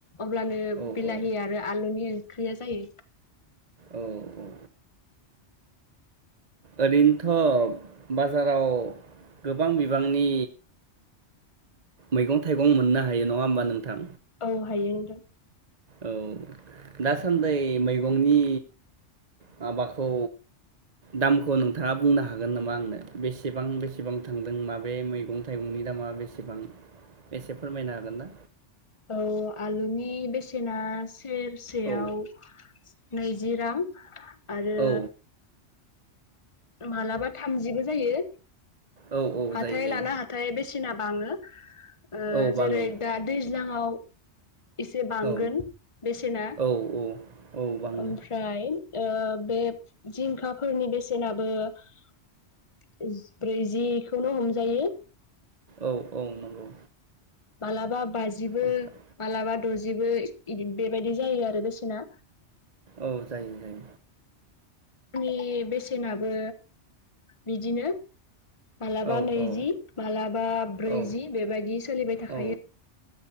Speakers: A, on the left (about 25°); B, on the right (about 40°).
A: अब्लानो
B: औ
A: बिलाहि
B: औ
A: आरो आलुनि ओंख्रिया जायो।
B: औ औ औ। ओरैनोथ' बाजाराव गोबां बिबांनि मैगं-थाइगं मोननो हायो नङा होमबा नोंथां?
A: औ हायो नोंथां।
B: औ दासान्दै मैगं गंनि माबाखौ दामखौ नोंथाङा बुंनो हागोन नोमा आंनो बेसेबां बेसेबां थांदों माबे मैगं-थाइगंनि दामा बेसेबां एसे फोरमायनो हागोन ना?
A: औ आलुनि बेसेना स सेरसेयाव
B: औ
A: नैज जि रां। आरो
B: औ
A: मालाबा थामजिबो जायो।
B: औ औ
A: हाथाय
B: जायो जायो
A: लाना हाथाइ बेसेना बाङो ओ
B: औ बाङो
A: जेरै दा दैज्लाङाव इसे बांगोन
B: औ
A: बेसेना
B: औ औ औ बाङो
A: ओमफ्राय ओ बे जिंखाफोरनि बेसे सेेनाबो <inaudible> जि ब्रैजिखौनो हमजायो
B: औ औ नंगौ।
A: मालाबा बाजिबो
B: ओमफ्राय
A: मालाबा दजिबो इदि बेबायदि जायो आरो बेसेना
B: औ जायो जायो।
A: आंनि बेसेनाबो बिदिनो मालाबा
B: औ
A: नैजि
B: औ
A: मालाबा ब्रैजि
B: औ
A: बेबायदि सोलिबाय थाखायो
B: औ
A: आ